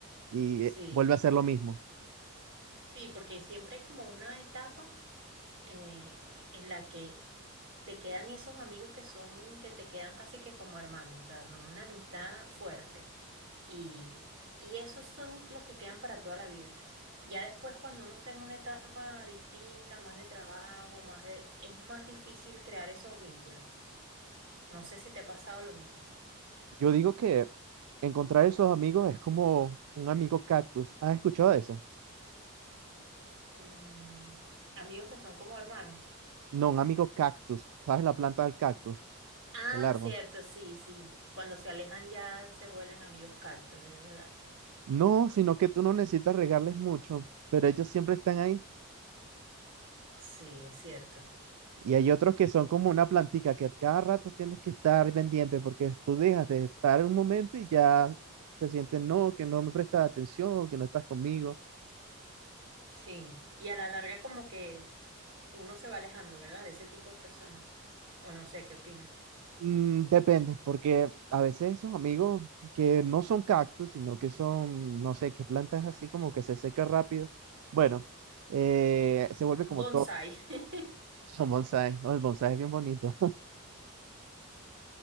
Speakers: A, on the right (about 80°); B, on the right (about 60°).
A: y
B: Sí,
A: eh, vuelve a ser lo mismo.
B: sí, porque siempre hay como una etapa. eh, en la que te quedan esos amigos que son, que te quedan casi que como hermanos, o sea, son una amistad fuerte. Y, y esos son los que quedan para toda la vida. Ya después, cuando uno está en una etapa distinta, más de trabajo, más de, es más difícil crear esos vínculos. No sé si te ha pasado lo mismo.
A: Yo digo que encontrar esos amigos es como un amigo cactus. ¿Has escuchado de eso?
B: Mm, amigos que son como hermanos.
A: No, un amigo cactus. ¿Sabes la planta del cactus?
B: Ah,
A: El árbol.
B: cierto, sí, sí. Cuando se alejan ya se vuelven amigos cactus, es verdad.
A: No, sino que tú no necesitas regarles mucho, pero ellos siempre están ahí.
B: Sí, es cierto.
A: Y hay otros que son
B: Sí.
A: como una plantica que cada rato tienes que estar pendiente porque tú dejas de estar un momento y ya se sienten, no, que no me prestas atención, que no estás conmigo.
B: Sí, y a la larga como que uno se va alejando, ¿verdad? De ese tipo de personas. O no sé, ¿qué opinas?
A: Mm, depende, porque a veces esos amigos que no son cactus, sino que son, no sé, que plantas así como que se seca rápido, bueno, eh, se vuelve
B: Un
A: como
B: bonsai.
A: top,
B: <laughs>
A: son <laughs> bonsai, o el bonsai es bien bonito.